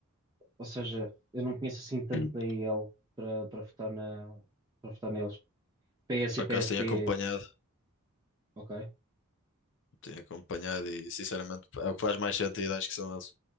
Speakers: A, on the right (about 20°); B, on the left (about 60°).
A: ou seja, eu não conheço assim tanto
B: Hum.
A: da IEL para, para votar na, para votar neles. PS
B: Por
A: e PST,
B: acaso tenho acompanhado,
A: ok,
B: tenho acompanhado e sinceramente é o que faz mais sentido, acho que são eles.